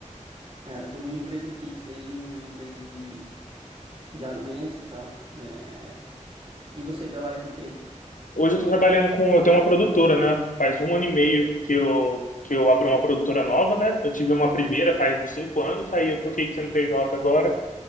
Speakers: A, on the right; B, on the left.
A: é, eu tô numa empresa fixa aí, uma empresa de, de alimentos e tal. É, e você trabalha com o quê?
B: Hoje eu tô trabalhando com... Eu tenho uma produtora, né? Faz um ano e meio que eu, que eu abri uma produtora nova, né? Eu tive uma primeira faz uns cinco anos, aí eu troquei de CNPJ agora